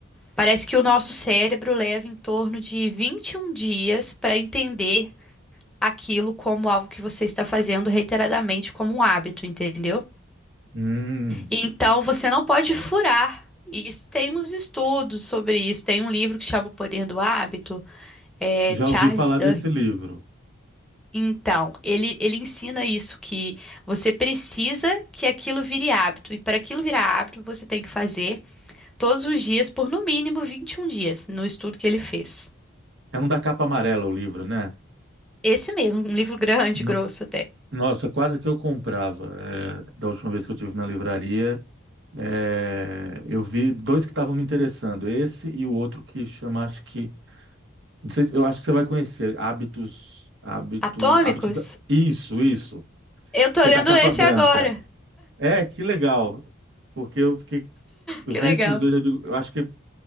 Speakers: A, in the centre; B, on the right (about 60°).
A: Parece que o nosso cérebro leva em torno de 21 dias para entender aquilo como algo que você está fazendo reiteradamente como um hábito, entendeu?
B: Hum,
A: Então você não pode furar. E isso tem uns estudos sobre isso. Tem um livro que chama O Poder do Hábito, é
B: já
A: Charles
B: ouvi falar
A: Duhigg.
B: desse livro.
A: Então, ele, ele ensina isso, que você precisa que aquilo vire hábito. E para aquilo virar hábito, você tem que fazer todos os dias por no mínimo 21 dias, no estudo que ele fez.
B: É um da capa amarela o livro, né?
A: Esse mesmo, um livro grande,
B: No-
A: <laughs> grosso até.
B: Nossa, quase que eu comprava. é, da última vez que eu tive na livraria, É, eu vi dois que estavam me interessando. Esse e o outro que chama, acho que, não sei, se- eu acho que você vai conhecer. Hábitos, hábito,
A: Atômicos?
B: hábitos. Isso, isso.
A: Eu tô
B: Que
A: lendo
B: é da capa
A: esse
B: branca.
A: agora.
B: É, que legal. Porque eu fiquei, eu
A: Que
B: vi
A: legal.
B: esses dois, eu, digo, eu acho que